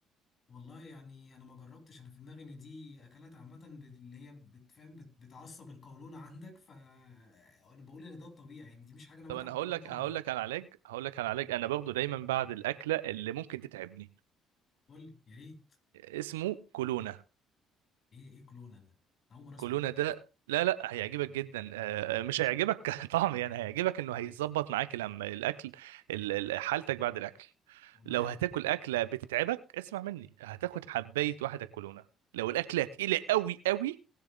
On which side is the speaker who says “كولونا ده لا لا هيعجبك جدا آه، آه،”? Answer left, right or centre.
Right